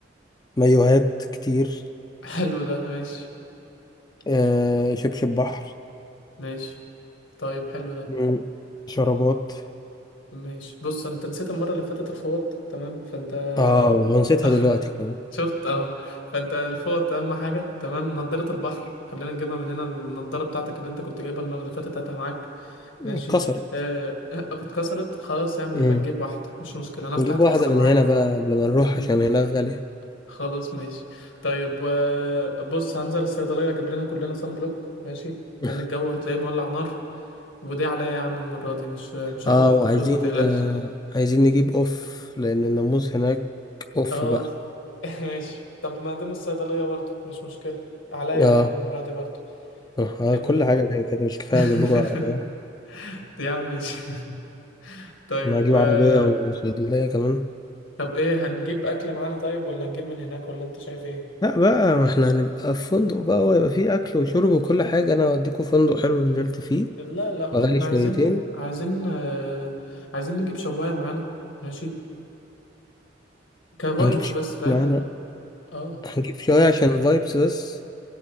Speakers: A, on the left; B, on the left.
A: ومايوهات كتير
B: <laughs> حلو ده ماشي
A: آه شبشب بحر
B: ماشي طيب حلو ده
A: مم. شرابات
B: ماشي بص انت نسيت المرة اللي فاتت الفوط تمام فانت
A: آه نسيتها
B: <laughs>
A: دلوقتي كمان
B: شفت اه فانت الفوط اهم حاجه تمام نضاره البحر خلينا نجيبها من هنا النضاره بتاعتك اللي انت كنت جايبها المره اللي فاتت هاتها معاك ماشي
A: اتكسرت
B: آه آه، اتكسرت خلاص يا عم
A: مم.
B: نبقى نجيب واحده مش مشكله انا بتاعتي
A: نجيب واحدة
B: لسه
A: من
B: معايا
A: هنا بقى قبل ما نروح
B: مم،
A: عشان هناك غالية
B: خلاص ماشي طيب آه، بص هنزل الصيدليه اجيب لنا كلنا صن بلوك ماشي
A: <laughs>
B: لان الجو هتلاقيه مولع نار ودي عليا يا عم المره دي مش مش
A: اه
B: هاخد منكم
A: وعايزين
B: فلوس ما تقلقش
A: آه، عايزين نجيب اوف لان الناموس هناك اوف
B: اه
A: بقى
B: <laughs> ماشي طب ما دام الصيدليه برضه مش مشكله عليا يا
A: اه
B: عم المره دي برضه
A: آه،
B: حلو
A: كل
B: ده
A: حاجة كده كده مش كفاية
B: <laughs>
A: اجيب لكم عربية
B: يا عم ماشي <laughs> طيب
A: انا هجيب
B: آه،
A: عربية وصيدلية كمان
B: طب ايه هنجيب اكل معانا طيب ولا هنجيب من هناك ولا انت شايف ايه
A: لا بقى ما احنا هنبقى في فندق بقى ويبقى فيه اكل وشرب وكل حاجة انا هوديكوا فندق حلو نزلت فيه
B: لا لا ما
A: بغالي
B: احنا
A: شويتين
B: عايزين عايزين آه، عايزين نجيب شواية معانا ماشي كفايبس
A: هنجيب شوية
B: بس فاهم
A: معانا
B: اه
A: هنجيب شوية عشان فايبس بس